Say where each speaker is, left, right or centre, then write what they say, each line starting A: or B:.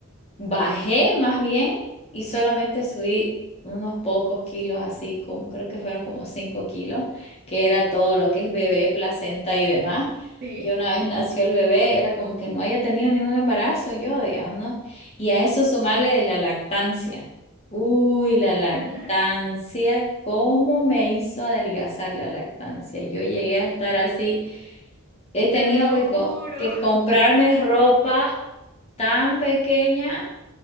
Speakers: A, on the left; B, on the right.
A: Bajé más bien y solamente subí unos pocos kilos, así como creo que fueron como 5 kilos, que era todo lo que es bebé, placenta y demás.
B: Sí.
A: Y una vez nació el bebé, era como que no haya tenido ningún embarazo yo, digamos, ¿no? Y a eso sumarle de la lactancia. Uy, la lactancia,
B: <laughs>
A: ¿cómo me hizo adelgazar la lactancia? Yo llegué a estar así, he tenido
B: Te lo
A: que,
B: juro.
A: co- que comprarme ropa tan pequeña